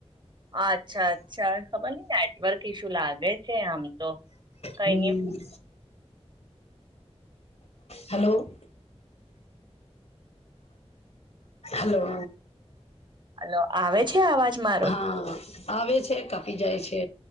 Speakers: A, on the right; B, on the left.
A: અચ્છા અચ્છા ખબર નઈ નેટવર્ક ઈશ્યુ લાગે છે આમ તો. કઈ
B: હમ્મ.
A: ન
B: હલો. હલો.
A: હલો આવે છે અવાજ મારો?
B: હા આવેે છે કાપી જાય છે.